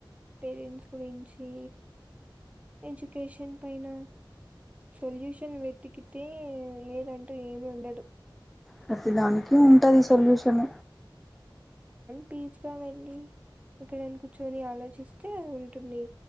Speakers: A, on the right; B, in the centre.
A: పేరెంట్స్ గురించి ఎడ్యుకేషన్ పైన సొల్యూషన్ వెతికితే లేదంటూ ఏమి ఉండదు
B: ప్రతి దానికి ఉంటది సొల్యూషన్
A: పీస్ గా వెండి ఎక్కడైనా కూర్చొని ఆలోచిస్తే ఉంటుంది